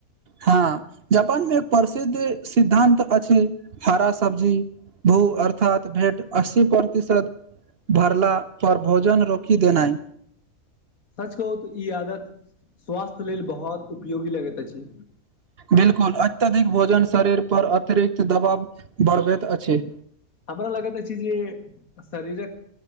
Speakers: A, on the right; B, on the left.
A: हँ जापान मे एक प्रसिद्ध सिद्धान्त अछि हरा सब्जी भू अर्थात भेट अस्सी प्रतिशत भरला पर भोजन रोकि देनै
B: सच कहू तऽ ई आदत स्वास्थ्य लेल बहुत उपयोगी लगैत अछि
A: बिल्कुल अत्यधिक भोजन शरीर पर अतिरिक्त दबाव बढ़बैत अछि
B: हमरा लगैत अछि छै जे <inaudible> शरीरक